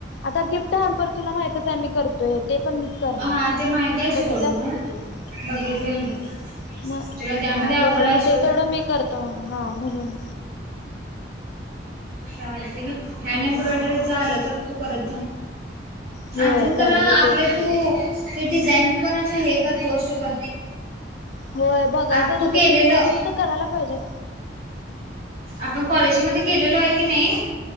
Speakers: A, on the left; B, on the right.
A: आता गिफ्ट हॅम्पर तुला माहितच आहे मी करतोय ते पण मीच करणार
B: हा
A: आय.
B: ते माहित आहे सोड
A: बघितलं असक्
B: मग
A: तो,
B: बघितलोय
A: हां,
B: मी
A: म,
B: तुला त्यामध्ये
A: हां आता
B: आवड
A: सम
B: आहे सोड
A: ते तेवढ मी करतो म्नला. हां, म्हणून.
B: हँड एम्ब्रॉयडरीचं आलं तर तू करत जा.
A: होय
B: आजून जरा
A: करालोय
B: आपले
A: तेच
B: तू
A: की.
B: ते डिझाईन पण असं हे कर पोस्ट कर.
A: होय बघायचंच
B: आप तू
A: आता,
B: केलेलं
A: शिक करून त करायला पाहिजेत.
B: आपण कॉलेजमध्ये केलेलो हाय की नाही